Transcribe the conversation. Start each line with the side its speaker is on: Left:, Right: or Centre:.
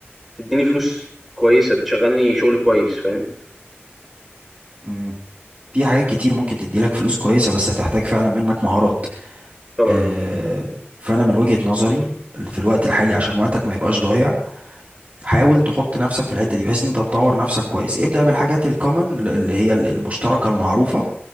Centre: تدّيني فلوس كويسة، تشغّلني شغل كويس فاهم،
Right: امم في حاجات كتير ممكن تدي لك فلوس كويسة بس هتحتاج فعلا منك مهارات
Centre: طبعًا
Right: آه،
Centre: آه،
Right: فانا من وجهة نظري في الوقت الحالي عشان وقتك ما يبقاش ضايع حاول تحط نفسك في الحتة دي بحيث ان انت تطور نفسك كويس ابدأ بالحاجات الكومن اللي هي المشتركة المعروفة